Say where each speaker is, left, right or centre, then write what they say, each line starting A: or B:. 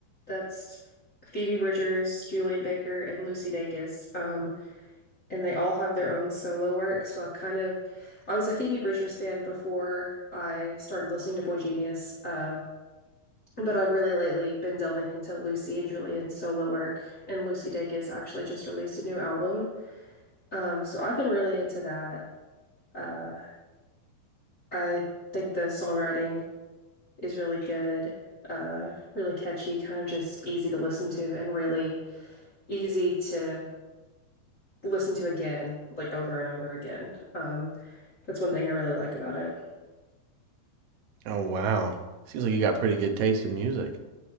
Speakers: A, on the left; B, on the right.
A: that's Phoebe Bridgers, Julian Baker, and Lucy Dacus. Um, and they all have their own solo work. So I've kind of I was a Phoebe Bridgers fan before I started listening to Boy Genius. Uh But I've really lately been delving into Lucy and Julian's solo work, and Lucy Dacus actually just released a new album. Um, so I've been really into that. Uh, I think the songwriting is really good, uh, really catchy, kind of just easy to listen to, and really easy to listen to again, like over and over again. Um, that's one thing I really like about it.
B: Oh, wow. Seems like you got pretty good taste in music.